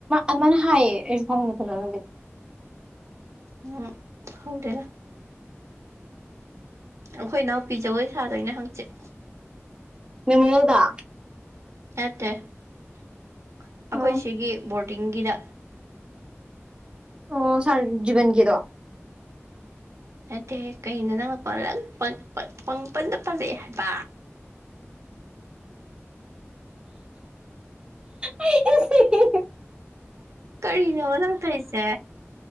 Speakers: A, on the right; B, on the right.
A: ꯑꯃꯥ ꯍꯥꯏꯌꯦ ꯑꯩꯁꯨ ꯈꯪꯗꯦ ꯐꯖꯅꯗꯤ
B: ꯎꯝ ꯈꯪꯗꯦꯗ ꯑꯩꯈꯣꯏ ꯏꯅꯥꯎꯄꯤ ꯖꯒꯣꯏ ꯁꯥꯗꯣꯏꯅꯦ ꯍꯪꯆꯤꯠ
A: ꯃꯦꯃꯣꯔꯦꯜ ꯗꯥ
B: ꯅꯠꯇꯦ ꯑꯩꯈꯣꯏ
A: ꯑꯣ
B: ꯁꯤꯒꯤ ꯕꯣꯔꯗꯤꯡꯒꯤꯗ
A: ꯑꯣ ꯁꯥꯔ ꯖꯨꯒꯤꯟꯒꯤꯗꯣ
B: ꯅꯠꯇꯦꯍꯦ ꯀꯩꯅꯣ ꯅꯪꯅ ꯄꯥꯔꯟ ꯄꯟ ꯄꯠ ꯄꯪꯄꯟꯗ ꯄꯟꯂꯛꯑꯦ ꯍꯥꯏꯕꯥ
A: ꯑꯩꯗꯤ ꯁꯤꯔꯦ
B: ꯀꯔꯤꯅꯣꯕ ꯅꯪꯅ ꯇꯧꯔꯤꯁꯦ